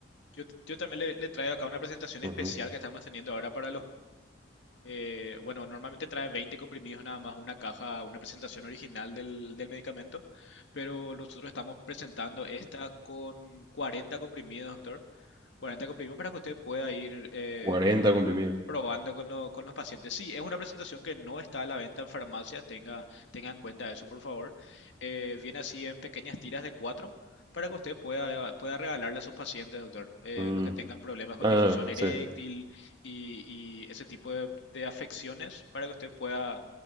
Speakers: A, on the left; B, on the right.
A: Yo, yo también le, le traigo acá una presentación especial
B: Ujú.
A: que estamos teniendo ahora para los... eh, bueno, normalmente trae 20 comprimidos nada más, una caja, una presentación original del, del medicamento, pero nosotros estamos presentando esta con 40 comprimidos, doctor. 40 comprimidos para que usted pueda ir eh,
B: 40 comprimidos.
A: probando con, lo- con los pacientes. Sí, es una presentación que no está a la venta en farmacias, tenga, tenga en cuenta eso, por favor. Eh, viene así en pequeñas tiras de cuatro para que usted pueda, pueda regalarle a sus pacientes, doctor, eh,
B: Mm.
A: los que tengan problemas con
B: Ah,
A: difusión eréctil
B: sí.
A: y, y ese tipo de, de afecciones, para que usted pueda